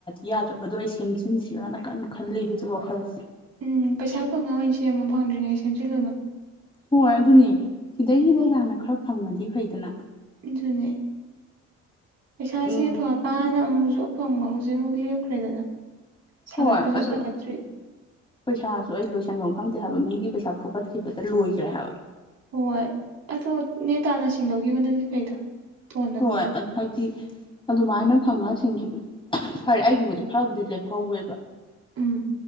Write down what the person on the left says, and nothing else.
ꯌꯥꯗ꯭ꯔꯕꯗꯣ ꯑꯩ ꯁꯦꯝꯖꯤꯟꯁꯤꯔꯅ ꯀꯟꯅ ꯈꯜꯂꯤ ꯍꯧꯖꯤꯛ ꯋꯥꯈꯜꯁꯦ
ꯍꯣꯏ ꯑꯗꯨꯅꯤ ꯁꯤꯗꯩꯗ ꯍꯥꯟꯅ ꯈꯔ ꯐꯪꯉꯗꯤ ꯐꯩꯗꯅ
ꯎꯝ
ꯍ ꯑꯗꯨ
ꯄꯩꯁꯥꯁꯨ ꯑꯩ ꯂꯣꯏꯁꯟꯐꯝ ꯈꯪꯗꯦ ꯍꯥꯏꯕ ꯃꯤꯒꯤ ꯄꯩꯁꯥ ꯐꯨꯒꯠꯈꯤꯕꯗ ꯂꯣꯏꯈ꯭ꯔꯦ ꯍꯥꯏꯕ
ꯍꯣꯏ ꯍꯥꯏꯗꯤ ꯑꯗꯨꯃꯥꯏꯅ ꯐꯪꯉꯒ ꯁꯤꯡꯈꯤꯕꯗꯨ ꯐꯔꯦ ꯑꯩꯒꯤꯕꯨꯗꯤ ꯈꯔꯕꯨꯗꯤ ꯂꯦꯞꯍꯧꯋꯦꯕ